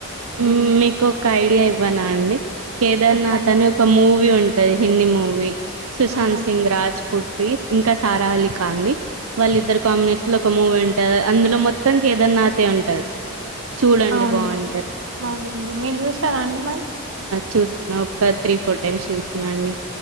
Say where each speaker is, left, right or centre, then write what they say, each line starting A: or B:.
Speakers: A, on the right (about 75°); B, on the right (about 55°).
A: ఉమ్ మీకొకై డి ఇవ్వనా అండి, కేదార్నాథ్
B: చెప్పండి
A: అని ఒక మూవీ ఉంటది, హిందీ మూవీ. సుశాంత్
B: అవునండి
A: సింగ్ రాజ్ పుట్. తీస్ ఇంకా సారాహలి కాంది, వాళ్ళ ఇద్దరు కాంబినేషన్ లో ఒక మూవ్ ఉంటది, అందులో మొత్తం కేదార్ నాతే ఉంటది, చూడండి
B: అవును
A: బాగుం
B: అవునండి మీరు చూసారా అండి మరి?
A: చూస్న ఒకసారి త్రీ, ఫోర్ టైమ్స్ చూసిన అండి.